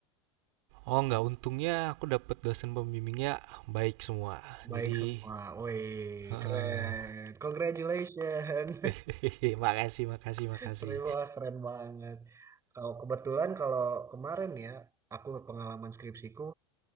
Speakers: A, on the right; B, on the right.
A: Oh nggak untungnya aku dapet dosen pembimbingnya baik semua.
B: Baik
A: Jadi,
B: semua. Wih,
A: heeh.
B: keren. Congratulations.
A: <laughs> Makasih, makasih,
B: <laughs>
A: makasih.
B: Terima, keren banget. Kalau kebetulan kalau kemarin ya, aku pengalaman skripsiku,